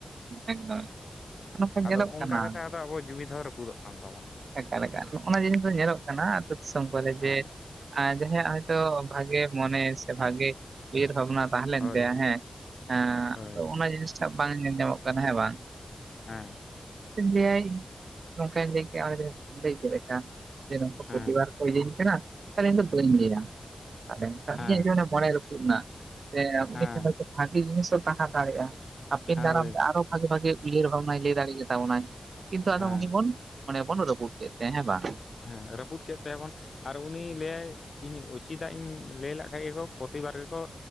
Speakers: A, on the right (about 75°); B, on the left (about 55°).
A: ᱮᱠᱫᱚᱢ ᱱᱚᱝᱠᱟ
B: ᱟᱫᱚ
A: ᱧᱮᱞᱚᱜ
B: ᱚᱱᱠᱟ
A: ᱠᱟᱱᱟ
B: ᱠᱟᱛᱮ ᱟᱫᱚ ᱟᱵᱚᱣᱟᱜ ᱦᱡᱩᱢᱤᱫ ᱦᱚᱸ ᱨᱟᱹᱯᱩᱫᱚᱜ ᱠᱟᱱ ᱛᱟᱵᱚᱱᱟ᱾
A: ᱮᱠᱟᱞ, ᱮᱠᱟᱞ ᱱᱚᱜᱱᱟ ᱡᱤᱱᱤᱥ ᱫᱚ ᱧᱮᱞᱚᱜ ᱠᱟᱱᱟ ᱟᱹᱛᱩ ᱫᱤᱥᱚᱢ ᱠᱚᱨᱮ
B: ᱦᱮᱸ
A: ᱡᱮ ᱡᱟᱦᱟᱸᱭᱟᱜ ᱦᱚᱭᱛᱚ ᱵᱷᱟᱜᱤ ᱢᱚᱱᱮ ᱥᱮ ᱵᱷᱟᱜᱤ ᱩᱭᱦᱟᱹᱨ ᱵᱷᱟᱵᱽᱱᱟ ᱛᱟᱦᱮᱸ ᱞᱮᱱ
B: ᱦᱳᱭ
A: ᱛᱟᱭᱟ ᱦᱮᱸ ᱮ
B: ᱦᱳᱭ
A: ᱟᱫᱚ ᱚᱱᱟ ᱡᱤᱱᱤᱥᱴᱟᱜ ᱵᱟᱝ ᱧᱮᱞ ᱧᱟᱢᱚᱜ ᱠᱟᱱᱟ ᱦᱮᱸ ᱵᱟᱝ?
B: ᱦᱮᱸ᱾
A: ᱞᱟᱹᱭᱟᱭ ᱱᱚᱝᱠᱟ ᱞᱟᱹᱭ ᱠᱮᱫ ᱞᱟᱹᱭ <unintelligible> ᱯᱚᱛᱤᱵᱟᱨ
B: ᱦᱮᱸ
A: <unintelligible> ᱠᱟᱱᱟ ᱛᱟᱦᱚᱞᱮ ᱤᱧ ᱫᱚ ᱵᱟᱹᱧ ᱞᱟᱹᱭᱟ ᱛᱟᱦᱚᱞᱮᱠᱷ
B: ᱦᱮᱸ
A: ᱤᱧᱟᱹᱜ ᱡᱚᱱ ᱢᱚᱱᱮ ᱨᱟᱹᱯᱩᱫ ᱮᱱᱟ᱾ ᱥᱮ ᱩᱱᱤ
B: ᱦᱮᱸ
A: ᱴᱷᱮᱱ ᱵᱷᱟᱜᱤ ᱡᱤᱱᱤᱥ ᱦᱚᱸ ᱛᱟᱦᱮᱸ ᱫᱟᱲᱮᱭᱟᱜᱼᱟ ᱦᱟᱯᱤᱱ
B: ᱦᱳᱭ
A: ᱫᱟᱨᱟᱢ ᱛᱮ ᱟᱨᱚ ᱵᱷᱟᱜᱤ ᱵᱷᱟᱜᱤ ᱩᱭᱦᱟᱹᱨ ᱵᱷᱟᱵᱱᱟᱭ ᱞᱟᱹᱭ ᱫᱟᱲᱮ ᱠᱮᱛᱟ ᱵᱚᱱᱟᱭ ᱠᱤᱱᱛᱩ
B: ᱦᱮᱸ
A: ᱟᱫᱚ ᱩᱱᱤ ᱵᱚᱱ ᱢᱚᱱᱮ ᱵᱚᱱ ᱨᱟᱯᱩᱫ ᱠᱮᱫ ᱛᱟᱭᱟ ᱦᱮᱸ ᱵᱟᱝ?
B: ᱦᱮᱸ ᱨᱟᱹᱯᱩᱫ ᱠᱮᱫ ᱛᱟᱭᱟᱵᱚᱱ ᱟᱨ ᱩᱱᱤ ᱞᱟᱹᱭᱟᱭ ᱤᱧ ᱪᱮᱫᱟᱜ ᱤᱧ ᱞᱟᱹᱭ ᱞᱮ ᱠᱷᱟᱱᱡ ᱜᱮᱠᱚ ᱯᱨᱚᱛᱤᱵᱟᱨ ᱜᱮᱠᱚ